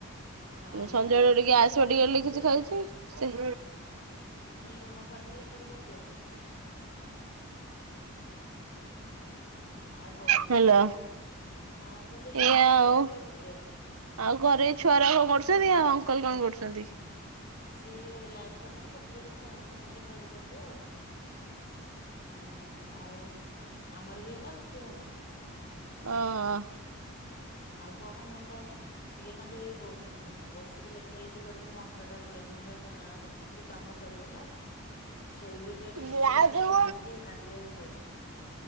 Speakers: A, on the left; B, on the right.
A: ହଁ ଲୁଣ
B: ସଞ୍ଜବେଳେ
A: ପାଣି
B: ଗୋଟେ
A: ଟିକେ
B: ଗ୍ୟାସ୍
A: କୋଳି
B: ବଟିକା ବୋଲି
A: କରିଦିଅ
B: କିଛି ଖାଇଛି। ସେ
A: ମୁଁ କହିଲି ଲୁଣ ପାଣି ଟିକେ କୁଳି କରିଦିଅ। ହଁ। ଆଉ କଣ?
B: ହାଲୋ
A: ହଁ ମୁଁ କହିଲି ଲୁଣ
B: ଏଇଆ
A: ପାଣି
B: ଆଉ।
A: ଟିକେ କୋଳି କରିଦିଅ।
B: ଆଉ ଘରେ ଏଇ ଛୁଆ ଗୁରା ସବୁ କଣ କରୁଛନ୍ତି ଆଉ ଅଙ୍କଲ କଣ କରୁଛନ୍ତି?
A: ସିଏ ଲାଇନ ତ ନାହିଁ ପୋଟିକରେ ଛୁଆ ମାନଙ୍କ ସାଙ୍ଗରେ ଖେଳୁଛନ୍ତି ଆଉ। ହୁଁ ଆଉ ଆମର ବି ଏଇନା ରୁଟି ହବ। ହଁ।
B: ହଅ
A: ଆଉ କଣ ମୁଁ ତ ଟିକେ ନାକୁ ଏଇ ବ-ବସିକି ଲେଖା ଲେଖି କରିକି ମୋ ଅଣ୍ଟାଟା ପେନ୍ ହେଲା ଯେ, ଏଇନା ଆଉ କି କାମ ସରିଗଲା ଶୋଇଲି ଟିକେ ନିଶ୍ଚିନ୍ତରେ
B: ମାନେ ପୁଅ
A: ହାଇ ମାରିକି ଏଇନା ଟିକେ ଶୋଇଲି।